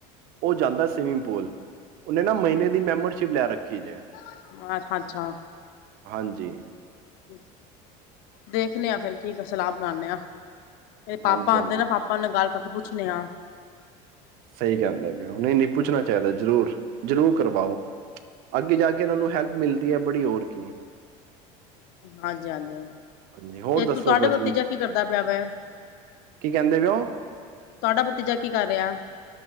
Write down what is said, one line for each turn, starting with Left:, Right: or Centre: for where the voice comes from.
Right: ਉਹ ਜਾਂਦਾ ਸਵੀਮਿੰਗ ਪੂਲ ਉਹਨੇ ਨਾ ਮਹੀਨੇ ਦੀ ਮੈਂਬਰਸ਼ਿਪ ਲੈ ਰੱਖੀ ਜੇ
Left: ਹਾਂ ਅੱਛਾ
Right: ਹਾਂਜੀ
Left: ਅੱਛਾ <inaudible> <unintelligible> ਦੇਖਨੇ ਆਂ ਫਿਰ ਕੀ ਕੋਛ ਸਲਾਹ ਬਣਾਉਦੇ ਆਂ ਏਦੇ ਪਾਪਾ
Right: ਹਾਂਜੀ-ਹਾਂਜੀ।
Left: ਆਂਦੇ ਨਾ ਪਾਪਾ ਨਾਲ ਗੱਲ ਅਗੇ ਪੁੱਛੇਨ ਆਂ
Right: ਸਈ ਕੈਂਦੈ ਨੇ ਔ ਨਈ-ਨਈ ਪੁੱਛਾਨਾ ਚਾਈਦੈ ਜਰੂਰ, ਜਰੂਰ ਕਰਵਾਓ ਅੱਗੇ ਜਾ ਕੇ ਏਨਾਂ ਨੂੰ ਹੈਲਪ ਮਿਲਦੀ ਐ ਬੜੀ ਹੋਰ ਕੀ
Left: ਹਾਂਜੀ-ਹਾਂਜੀ,
Right: ਹਾਂਜੀ ਹੋਰ
Left: ਤੇ
Right: ਦੱਸੋ
Left: ਤੂ ਤੁਹਾਡਾ
Right: ਕੁਛ
Left: ਭਤੀਜਾ ਕੀ ਕਰਦਾ ਪਿਆ ਵੈ?
Right: ਕਹਿੰਦੇ ਪਏ ਓ?
Left: ਤੁਹਾਡਾ ਭਤੀਜਾ ਕੀ ਕਰ ਰਿਆ?